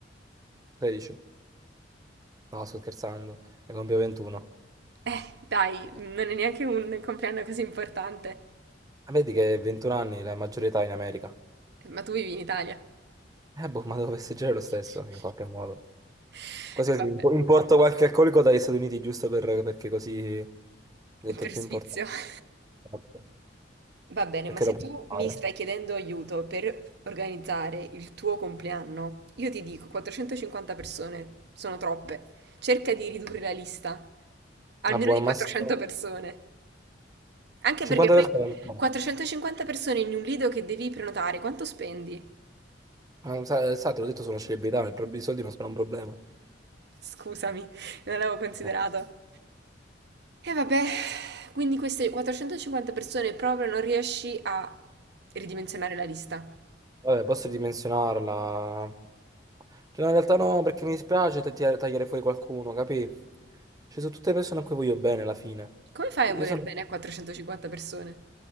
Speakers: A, on the right; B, on the right.
A: 13, no sto scherzando, ne compio 21.
B: Eh, dai, non è neanche un compleanno così importante.
A: Ah, Vedi che 21 anni è la maggiore età in America.
B: Eh, Ma tu vivi in Italia.
A: Eh, boh, ma devo festeggiare
B: <laughs>
A: lo stesso, in qualche modo. Quasi così,
B: Vabbè.
A: impo- importo qualche alcolico dagli Stati Uniti, giusto per- perché così diventa
B: Per
A: più
B: sfizio.
A: importante.
B: <laughs>
A: esatto.
B: Va bene,
A: Perché
B: ma se
A: lo puoi
B: tu
A: fare.
B: mi stai chiedendo aiuto per organizzare il tuo compleanno, io ti dico 450 persone, sono troppe. Cerca di ridurre la lista, almeno
A: Ah, buon
B: di
A: al
B: 400
A: massimo
B: persone. Anche perché
A: 50%.
B: poi 450 persone in un lido che devi prenotare, quanto spendi?
A: Eh, sa- Sa, te l'ho detto, sono celebrità, il prob- i soldi non sono un problema.
B: Scusami, non l'avevo considerato.
A: Eh,
B: E vabbè, quindi queste 450 persone proprio non riesci a ridimensionare la lista.
A: Vabbè, posso ridimensionarla. Cioè, no, in realtà no, perché mi dispiace te- tia- tagliare fuori qualcuno, capì? Ci sono tutte persone a cui voglio bene alla fine.
B: Come fai
A: Io
B: a voler
A: sono...
B: bene a 450 persone?